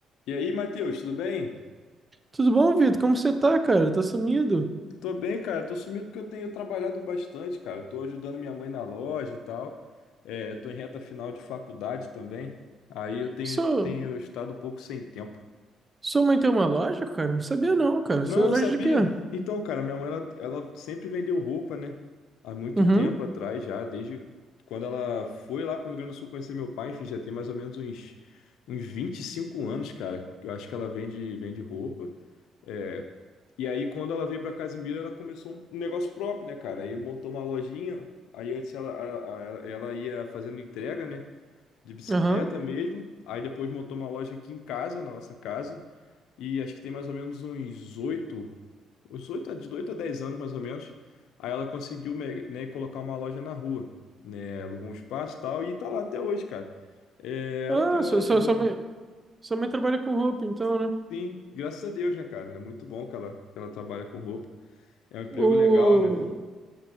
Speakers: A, on the left; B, on the right.
A: E aí, Matheus, tudo bem?
B: Tudo bom, Vitor? Como você tá, cara? Tá sumido?
A: Tô bem, cara. Tô sumido porque eu tenho trabalhado bastante, cara. Tô ajudando minha mãe na loja e tal. É, tô em reta final de faculdade também. Aí eu tenho,
B: Sua,
A: tenho estado um pouco sem tempo.
B: sua mãe tem uma loja, cara? Não sabia não, cara.
A: Não,
B: Sua
A: não
B: loja
A: sabia?
B: de quê?
A: Então, cara, minha mãe, ela, ela sempre vendeu roupa, né? Há muito
B: Uhum,
A: tempo atrás já, desde quando ela foi lá pro Rio Grande do Sul conhecer meu pai, enfim, já tem mais ou menos uns, uns 25 anos, cara. Eu acho que ela vende, vende roupa. É, E aí, quando ela veio pra Casimiro, ela começou um negócio próprio, né, cara? Aí montou uma lojinha. Aí antes ela, a- a- ela ia fazendo entrega, né? De bicicleta
B: aham.
A: mesmo. Aí depois montou uma loja aqui em casa, na nossa casa. E acho que tem mais ou menos uns oito, uns oito, a- de oito a dez anos mais ou menos. Aí ela conseguiu, me- né, colocar uma loja na rua, né? Alugou um espaço e tal. E tá lá até hoje, cara. É,
B: Ah,
A: ela tem uma
B: sua,
A: loja
B: sua,
A: de roupa.
B: sua mãe, sua mãe trabalha com roupa, então, né?
A: Sim, graças a Deus, né, cara? É muito bom que ela, que ela trabalha com roupa. É um emprego
B: O...
A: legal, né?